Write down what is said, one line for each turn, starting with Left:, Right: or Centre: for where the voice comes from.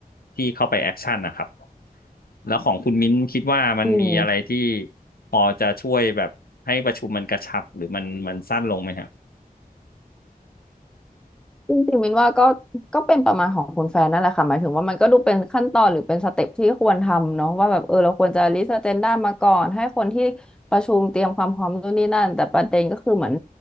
Left: ที่เข้าไปแอคชั่นนะครับแล้วของคุณมิ้นคิดว่ามันมีอะไรที่
Centre: อืม
Left: พอจะช่วยแบบให้ประชุมมันกระชับหรือมันมันสั้นลงไหมฮะ
Centre: จริงๆมินว่าก็ก็เป็นประมาณของคุณแฟนนั่นแหละค่ะหมายถึงว่ามันก็ดูเป็นขั้นตอนหรือเป็นสเต็ปที่ควรทำเนาะว่าแบบเออเราควรจะลิสต์อเจนดามาก่อนให้คนที่ประชุมเตรียมความพร้อมนู่นนี่นั่นแต่ประเด็นก็คือเหมือน